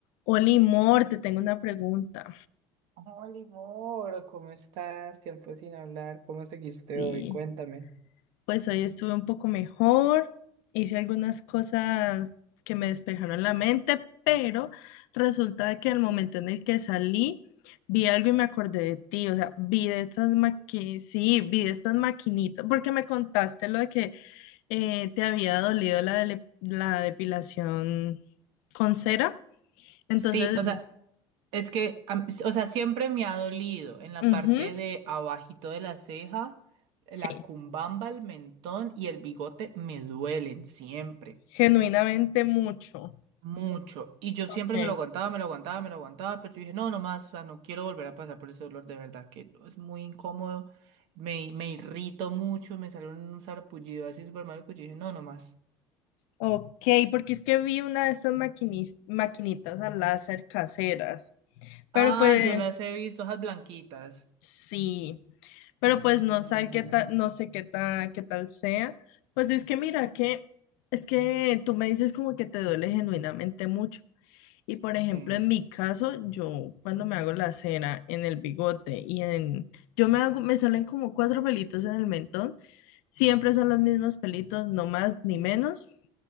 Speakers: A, on the left; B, on the right.
A: Oli Mor, te tengo una pregunta.
B: Hola Moro, ¿cómo estás? Tiempo sin hablar. ¿Cómo seguiste
A: Sí,
B: hoy? Cuéntame.
A: pues hoy estuve un poco mejor, hice algunas cosas que me despejaron la mente, pero resulta de que al momento en el que salí, vi algo y me acordé de ti, o sea, vi de estas maqui sí, vi de estas maquinitas, porque me contaste lo de que eh, te había dolido la, dele- la depilación con cera, entonces,
B: Sí, o sea, es que, am- o sea, siempre me ha dolido en la
A: ujú,
B: parte de abajito de la ceja, la
A: sí,
B: cumbamba, el mentón y el bigote me duelen siempre,
A: genuinamente mucho.
B: mucho. Y yo
A: Ok.
B: siempre me lo aguantaba, me lo aguantaba, me lo aguantaba, pero yo dije, no, no más, o sea, no quiero volver a pasar por ese dolor de verdad, que no, es muy incómodo, me, me irrito mucho, me sale un sarpullido así súper malo que yo dije, no, no más.
A: Ok, porque es que vi una de estas maquinis- maquinitas a láser caseras, pero
B: Ah,
A: pues
B: yo las he visto, esas blanquitas.
A: sí, pero
B: Ujú.
A: pues no sé qué tal, no sé qué tal, qué tal sea. Pues es que mira que es que tú me dices como que te duele genuinamente mucho. Y por
B: Sí.
A: ejemplo, en mi caso, yo cuando me hago la cera en el bigote y en yo me hago me salen como cuatro pelitos en el mentón, siempre son los mismos pelitos, no más ni menos,